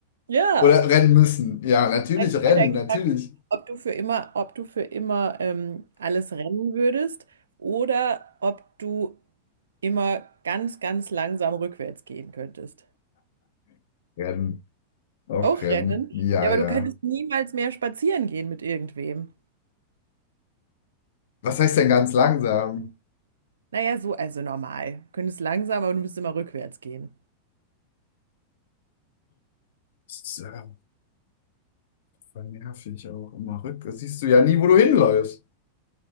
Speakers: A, on the right; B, on the left.
A: Ja,
B: Oder rennen müssen. Ja, natürlich
A: Nein, ich
B: rennen,
A: wollte eigentlich
B: natürlich.
A: fragen, ob du für immer, ob du für immer ähm, alles rennen würdest oder ob du immer ganz, ganz langsam rückwärts gehen könntest.
B: Rennen. Auch
A: Auch
B: rennen.
A: rennen?
B: Ja,
A: Ja, aber
B: ja.
A: du könntest niemals mehr spazieren gehen mit irgendwem.
B: Was heißt denn ganz langsam?
A: Naja, so, also normal. Du Könntest langsam, aber du müsstest immer rückwärts gehen.
B: ist ja voll nervig auch immer rück. Das siehst du ja nie, wo du hinläufst.